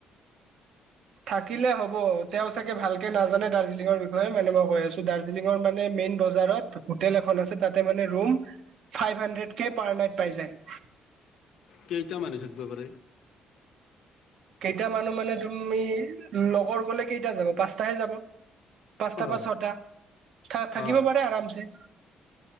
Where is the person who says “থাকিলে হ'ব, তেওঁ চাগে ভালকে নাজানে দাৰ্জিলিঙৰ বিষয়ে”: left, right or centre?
Right